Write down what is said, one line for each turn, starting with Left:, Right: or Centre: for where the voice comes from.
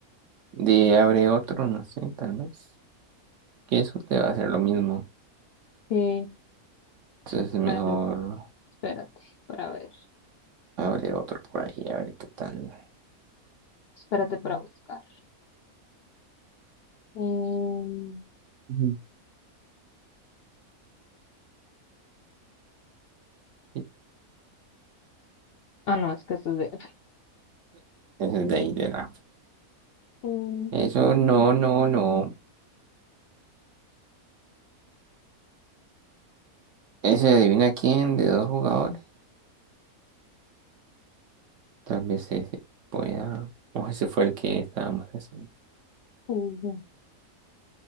Right: De abre otro, no sé, tal vez. Que eso te va a hacer lo mismo.
Left: Eh,
Right: Entonces es mejor
Left: bueno, espérate para ver.
Right: abre otro por ahí, a ver qué tal.
Left: Espérate para buscar. Em,
Right: Ujú. Sí,
Left: ah, no, es que esto es de... <laughs>
Right: ese es de ahí de la.
Left: Mm,
Right: Eso no, no, no. Ese adivina quién de dos jugadores. Tal vez ese pueda. O ese fue el que estábamos haciendo.
Left: ujú.